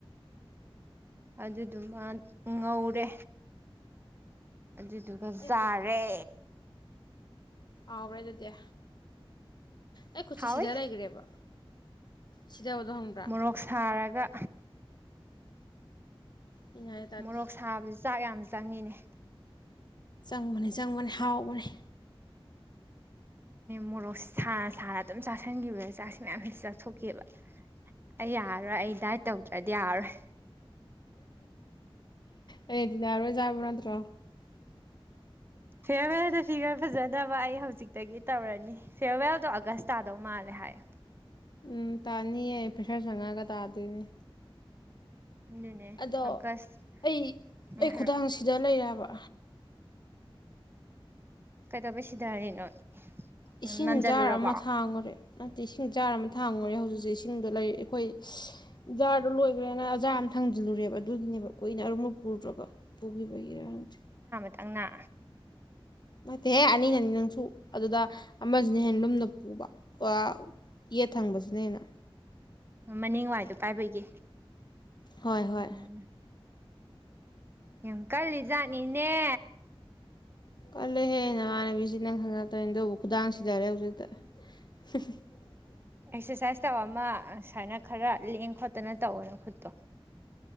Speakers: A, on the right (about 25°); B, on the left (about 50°).
A: ꯑꯗꯨꯗꯨꯃ ꯉꯧꯔꯦ ꯑꯗꯨꯗꯨꯒ
B: ꯑꯩ
A: ꯌꯥꯥꯔꯦ
B: ꯍꯥꯎ꯭ꯔꯦ ꯑꯗꯨꯗ ꯑꯩ ꯈꯨꯠꯆ
A: ꯍꯥꯎꯋꯤ
B: ꯁꯤꯗ ꯂꯩꯈ꯭ꯔꯦꯕ ꯁꯤꯗꯕꯗꯣ ꯍꯪꯕ꯭ꯔꯥ
A: ꯃꯣꯔꯣꯛ ꯁꯥꯔꯒ
B: ꯑꯩꯅ ꯍꯥꯏ ꯇꯥꯔꯗꯤ
A: ꯃꯣꯔꯣꯛ ꯁꯥꯕꯁ ꯆꯥꯛ ꯌꯥꯝ ꯆꯪꯉꯤꯅꯦ
B: ꯆꯪꯕꯅꯤ ꯆꯪꯕꯅꯤ ꯍꯥꯎꯕꯅꯤ
A: ꯃꯣꯔꯣꯛꯁ ꯑꯗꯨꯝ ꯆꯥꯥꯁꯟꯈꯤꯕ ꯆꯁꯤ ꯃꯌꯥꯝꯁꯤ ꯆꯥꯛꯊꯣꯛꯀꯦꯕ ꯑꯩ ꯌꯥꯔꯔꯣꯏ ꯑꯩ ꯗꯥꯏꯠ ꯇꯧꯗ꯭ꯔꯗꯤ ꯌꯥꯔꯔꯣꯏ
B: ꯑꯩꯗꯤꯅꯥꯔꯣꯏꯖꯥꯕ꯭ꯔꯣꯥ ꯅꯠꯇ꯭ꯔꯣ <inaudible>
A: ꯐꯤꯌꯔꯋꯦꯜꯗ ꯁꯤ ꯈꯔ ꯐꯖꯅꯕ ꯑꯩ ꯍꯧꯖꯤꯛꯇꯒꯤ ꯇꯧꯔꯅꯤ ꯐꯤꯌꯔꯋꯦꯜꯗꯣ ꯑꯥꯒꯁ ꯇꯥꯗꯧ ꯃꯥꯜꯂꯦ ꯍꯥꯏ ꯍꯥꯏꯦ
B: ꯎꯝ ꯇꯥꯅꯤꯌꯦ ꯄꯦꯁꯥ ꯆꯪꯉꯛꯑꯒ ꯇꯥꯗꯣꯏꯅꯦ
A: ꯑꯗꯨꯅꯦ
B: ꯑꯗꯣ
A: ꯑꯥꯒꯁ
B: ꯑꯩ
A: ꯎꯝ
B: ꯑꯩ
A: ꯍꯥꯏꯔꯛꯑꯣ
B: ꯈꯨꯗꯥꯡꯁꯤꯗ ꯂꯩꯔꯕ
A: ꯀꯩꯗꯧꯕꯩ ꯁꯤꯗꯔꯤꯅꯣ
B: ꯏꯁꯤꯡ
A: ꯅꯟꯖꯜꯂꯨꯔꯕꯣ
B: ꯖꯥꯔ ꯑꯃ ꯊꯥꯡꯉꯨꯔꯦ ꯅꯠꯇꯦ ꯏꯁꯤꯡ ꯖꯥꯔ ꯑꯃ ꯊꯥꯡꯉꯨꯔꯦ ꯍꯧꯖꯤꯛ ꯍꯧꯖꯤꯛ ꯏꯁꯤꯡꯗꯣ ꯂꯩ ꯑꯩꯈꯣꯏ ꯖꯥꯔꯗꯣ ꯂꯣꯏꯈ꯭ꯔꯦꯅ ꯖꯥꯔ ꯊꯥꯡꯖꯤꯜꯂꯨꯔꯦꯕ ꯑꯗꯨꯒꯤꯅꯦꯕ ꯀꯨꯏꯅ ꯑꯔꯨꯝꯕ ꯄꯨꯔꯗ꯭ꯔꯒ ꯄꯨꯈꯤꯕꯒꯤꯔ ꯍꯪꯁ
A: ꯇꯪꯅꯥ
B: ꯅꯇꯦꯍꯦ ꯑꯅꯤ ꯑꯅꯤ ꯅꯪꯁꯨ ꯑꯗꯨꯗ ꯑꯃꯁꯤꯅ ꯍꯦꯟꯂꯨꯝꯅ ꯄꯨꯕ ꯌꯦꯠ ꯊꯪꯕꯁꯤꯅꯦ ꯍꯦꯅ
A: ꯃꯅꯤꯡꯋꯥꯏꯗꯣ ꯄꯥꯏꯕꯒꯤ
B: ꯍꯣꯏ ꯍꯣꯏ
A: ꯎꯝ ꯌꯥꯝꯡ ꯀꯜꯂꯤ ꯖꯥꯠꯅꯤꯅꯦ
B: ꯀꯜꯂꯍꯦ ꯅꯃꯅꯕꯤꯁꯤ ꯅꯪ ꯈꯪꯉꯛꯇꯣꯏꯅꯤ ꯑꯗꯨꯕꯨ ꯈꯨꯗꯥꯡꯁꯤꯗꯔꯦ ꯍꯧꯖꯤꯛꯇ <inaudible>
A: ꯑꯦꯛꯁꯔꯁꯥꯏꯁ ꯇꯧꯕ ꯑꯃ ꯁꯨꯃꯥꯏꯅ ꯈꯔ ꯂꯦꯡ ꯈꯣꯠꯇꯅ ꯇꯧꯅꯨ ꯈꯨꯠꯇꯣ